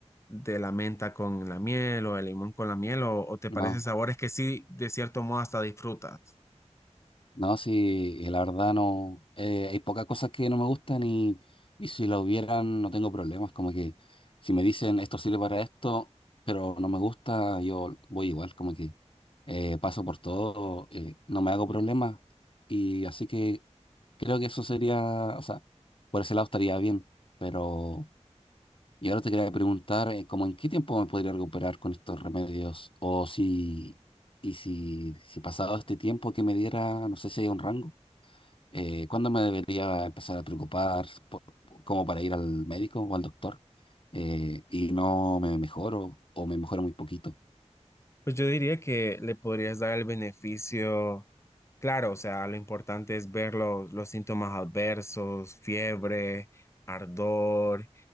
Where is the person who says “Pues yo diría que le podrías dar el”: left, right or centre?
Left